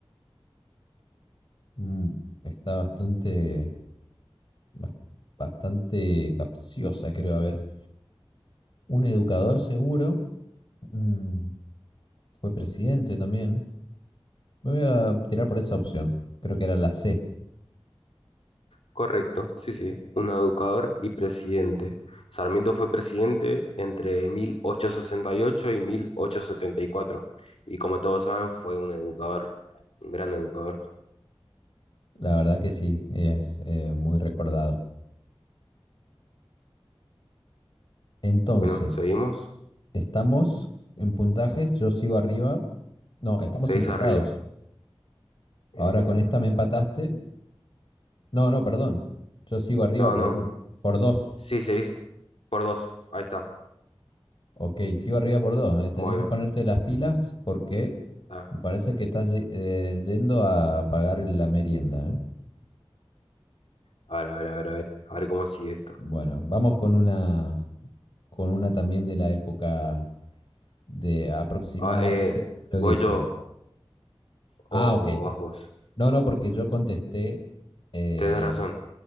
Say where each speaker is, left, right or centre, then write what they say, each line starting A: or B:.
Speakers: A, on the left; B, on the left.
A: Mm, está bastante, bas- bastante capciosa, creo. A ver, un educador seguro, mm, fue presidente también. Me voy a tirar por esa opción, creo que era la C.
B: Correcto, sí, sí, un educador y presidente. Sarmiento fue presidente entre mil ochocientos sesenta y 1874 y mil ochocientos setenta y cuatro. Y como todos saben fue un educador, un gran educador.
A: La verdad que sí, es eh, muy recordado. Entonces,
B: Bueno, seguimos,
A: estamos en puntajes, yo sigo arriba. No, estamos
B: seguís
A: empatados.
B: arriba. Eh,
A: Ahora con esta me empataste. No, no, perdón. Yo sigo arriba
B: no,
A: por
B: no,
A: un, por dos.
B: sí, seguís por dos, ahí está.
A: Ok, sigo arriba por dos. eh. Tenés
B: Bueno,
A: que ponerte las pilas porque
B: a
A: me parece que estás ye- eh, yendo a pagar la merienda. eh.
B: a ver, a ver, a ver, a ver, a ver cómo sigue esto.
A: Bueno, vamos con una, con una también de la época de aproximadamente
B: Ah, eh,
A: siglo
B: ¿voy
A: dieciocho.
B: yo
A: Ah,
B: o
A: ok.
B: vas vos?
A: No, no, porque yo contesté eh,
B: Tenés razón,